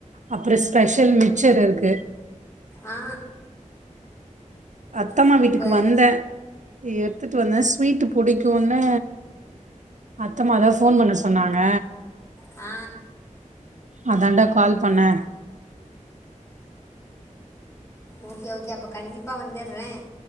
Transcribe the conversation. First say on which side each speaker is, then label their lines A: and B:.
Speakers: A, on the right; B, on the left.
A: அப்ற ஸ்பெஷல் மிச்சர் இருக்கு
B: ஆ
A: அத்தம்மா
B: சூப்பர்
A: வீட்டுக்கு வந்தே எடுத்துட் வந்தே ஸ்வீட் புடிக்கூனு அத்தமாதா ஃபோன் பண்ண சொன்னாங்க
B: ஆ
A: அதாண்டா கால் பண்ணே
B: ஓகே ஓகே அப்ப கண்டிப்பா வந்துற்றே